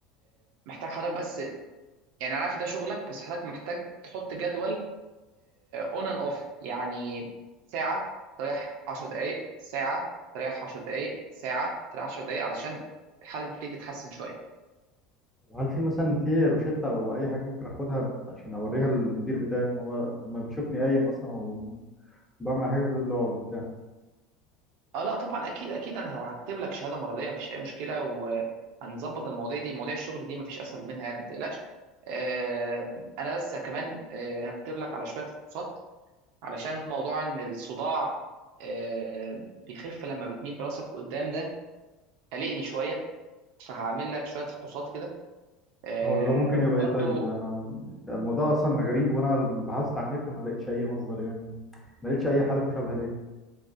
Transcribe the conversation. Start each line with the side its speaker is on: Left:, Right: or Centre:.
Right: حضرتك بس يعني أنا عارف ده شغلك بس حضرتك محتاج تحط جدول أون أند أوف يعني ساعة تريح 10 دقايق ساعة تريح 10 دقايق ساعة تريح 10 دقايق علشان الحالة تبتدي تتحسن شوية
Centre: طب هل في مثلا في روشتة او اي حاجة ممكن اخدها عشان اوريها للمدير بتاعي ان هو لما بيشوفني قايم اصلا او بعمل حاجة بيقول له اقعد وبتاع
Right: اه لا طبعا اكيد اكيد انا هكتب لك شهاده مرضيه مفيش اي مشكله وهنظبط المواضيع دي مواضيع الشغل دي مفيش اسهل منها يعني ما تقلقش آه، انا بس كمان آه، هكتب لك على شويه فحوصات علشان موضوع ان الصداع آه، بيخف لما بتميل براسك قدام ده قلقني شويه فهعمل لك شويه فحوصات كده آه،
Centre: هو ده ممكن
Right: وبرضو
Centre: يبقى ايه طيب انا الموضوع اصلا غريب وانا بحثت على النت ما لقيتش اي مصدر يعني ما لقيتش اي حالة مشابهة ليه